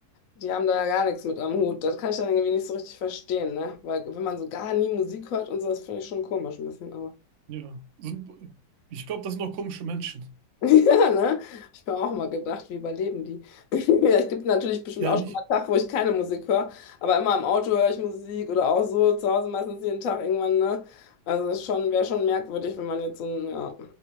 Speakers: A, on the left (about 60°); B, on the right (about 60°).
A: die haben da ja gar nichts mit am Hut. Das kann ich dann irgendwie nicht so richtig verstehen, ne? Weil wenn man so gar nie Musik hört und so, das finde ich schon komisch ein bisschen,
B: ja. Sind- Ich glaube, das sind noch komische Menschen.
A: <laughs> Ja, ne? Ich mir auch mal gedacht, wie überleben die? <laughs> Ja, Es gibt natürlich bestimmt
B: Ja,
A: auch
B: nicht?
A: schon mal einen Tag, wo ich keine Musik höre, aber immer im Auto höre ich Musik oder auch so zu Hause meistens jeden Tag irgendwann, ne? Also es ist schon, wäre schon merkwürdig, wenn man jetzt so ein, ja,